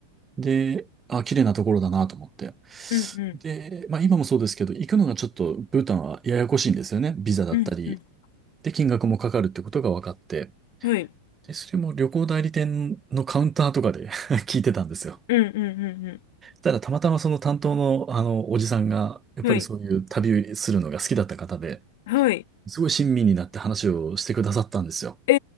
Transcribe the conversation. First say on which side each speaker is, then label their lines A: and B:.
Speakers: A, on the right; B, on the left.
A: で、あ、綺麗なところだなと思って。
B: うん、う
A: で、まあ今もそうですけど、行くのがちょっとブータンはややこしいんですよね。ビザだったり、
B: ん、うん、うん。
A: で、金額もかかるってことが分かって、
B: はい。
A: で、それも旅行代理店のカウンターとかで <laughs> 聞いてたんですよ。
B: うん、うん、うん、う
A: ただ、たまたまその担当の、あの、おじさんが、やっぱりそういう旅するのが好きだった方で、
B: ん。はい、はい。
A: すごい親身になって話をしてくださったんですよ。
B: え